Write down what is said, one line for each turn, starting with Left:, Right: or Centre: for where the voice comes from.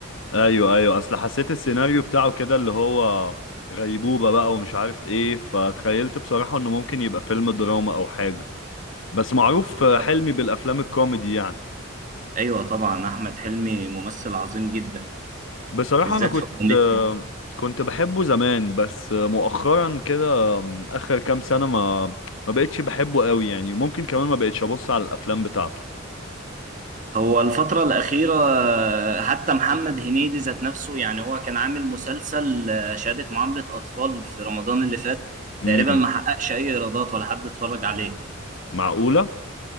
Left: ايوه ايوه اصل حسيت السيناريو بتاعه كده اللي هو غيبوبة بقى ومش عارف ايه فتخيلت بصراحة انه ممكن يبقى فيلم دراما او حاجة بس معروف
Right: هو
Left: حلمي بالافلام الكوميدي يعني
Right: أيوة طبعا أحمد حلمي ممثل عظيم جدا
Left: بصراحة
Right: بالذات
Left: انا كنت
Right: في الكوميديا
Left: كنت بحبه زمان بس مؤخرا كده اخر كام سنة ما ما بقتش بحبه قوي يعني ممكن كمان ما بقتش ابص على الافلام بتاعته
Right: هو الفترة الأخيرة آه، حتى محمد هنيدي ذات نفسه يعني هو كان عامل مسلسل آه، شهادة معاملة أطفال في رمضان اللي فات
Left: امم
Right: تقريبا ما حققش أي إيرادات ولا حد اتفرج عليه
Left: معقولة